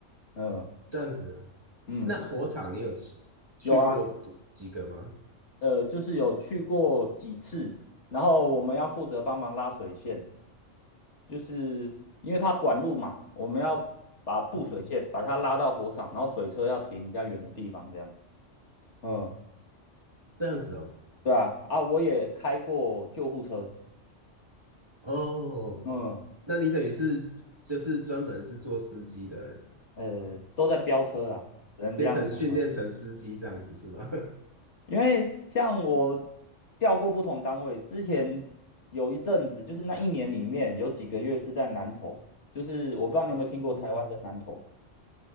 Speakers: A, on the left; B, on the right.
A: 嗯
B: 这样子啊。
A: 嗯，
B: 那火场你有去去过多几个吗？
A: 有啊，呃，就是有去过几次，然后我们要负责帮忙拉水线，就是因为它管路嘛，我们要把布水线把它拉到火场，
B: 嗯，嗯
A: 然后水车要停比较远的地方，这样。嗯，
B: 这样子哦。
A: 对啊，啊，我也开过救护车，
B: 哦，
A: 嗯，
B: 那你等于是就是专门是做司机的，
A: 呃，都在飙车啦，只能这样说了。
B: 变成训练成司机这样子是吗？<laughs>
A: 因为像我调过不同单位，之前有一阵子，就是那一年里面有几个月是在南投，就是我不知道你有没有听过台湾的南投。
B: 嗯，